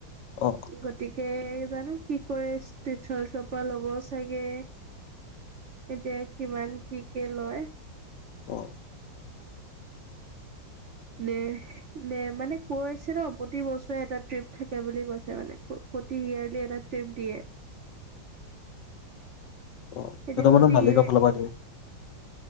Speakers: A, on the left (about 70°); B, on the right (about 50°).
A: অ
B: গতিকে জানো কি কৰে ষ্টিচৰ চৰপা লব চাগে এতিয়া কিমান কি কে লয়।
A: অ',
B: নে - নে মানে কৈ আছে ন প্ৰতি বছৰে এটা ট্ৰিপ থাকে বুলি কৈছে মানে প্ৰতি ইয়াৰলি এটা ট্ৰিপ দিয়ে।
A: অ ',
B: এতিয়া
A: কেইটামানৰ
B: প্ৰতি
A: মালিকৰ
B: ইয়ে
A: ফালৰ পৰা দিয়ে।